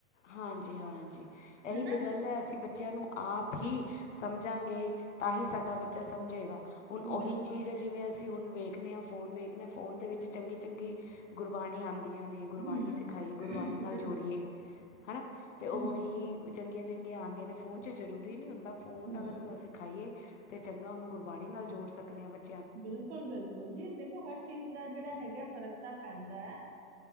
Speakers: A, on the left (about 55°); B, on the right (about 45°).
A: ਹਾਂਜੀ-ਹਾਂਜੀ ਇਹੀ
B: ਹਨਾ?
A: ਤੇ ਗੱਲ ਹੈ ਅਸੀਂ ਬੱਚ। ਬੱਚਿਆਂ ਨੂੰ ਆਪ ਹੀ ਸਮਝਾਂਗੇ ਤਾਂ ਹੀ ਸਾਡਾ ਬੱਚਾ ਸਮਝੇਗਾ। ਹੁਣ
B: ਬਿਲਕੁਲ,
A: ਉਹੀ ਚੀਜ਼ ਹੈ ਜਿਵੇਂ ਅਸੀਂ ਹੁਣ। ਵੇਖਣੇ ਹਾਂ ਫੋਨ ਵੇਖਦੇ ਹਾਂ ਫੋਨ ਦੇ ਵਿੱਚ ਚੰਗੀ-ਚੰਗੀ ਗੁਰਬਾਣੀ ਆਉਂਣ। ਦੀਆਂ ਨੇ ਗੁਰਬਾਣੀ
B: ਹੂੰ,
A: ਸਿਖਾਈ ਗੁਰਬਾਣੀ ਨਾਲ
B: ਬਿਲਕੁਲ,
A: ਜੋੜੀਏ ਹਨਾ ਤੇ ਉਵੇਂ
B: ਹੂੰ,
A: ਹੀ। ਚੰਗੀਆਂ-ਚੰਗੀਆਂ ਆਉਂਦੀਆ ਨੇ ਫੋਨ 'ਚ ਜ਼ਰੂਰੀ ਨਹੀਂ ਹੁੰਦਾ ਫੋਨ
B: ਹੂੰ,
A: ਅਗਰ ਸਿਖਾਈਏ। ਤੇ ਚੰਗਾ ਉਹਨੂੰ ਗੁਰਬਾਣੀ ਨਾਲ ਜੋੜ ਸਕਦੇ ਆ ਬਚ।
B: ਬਿਲਕੁਲ-ਬਿਲਕੁਲ ਜੀ ਦੇਖੋ ਹਰ ਚੀਜ਼ ਦਾ ਜਿਹੜਾ ਹੈਗਾ ਫ਼ਰਕ ਤਾਂ ਪੈਂਦਾ ਹੈ।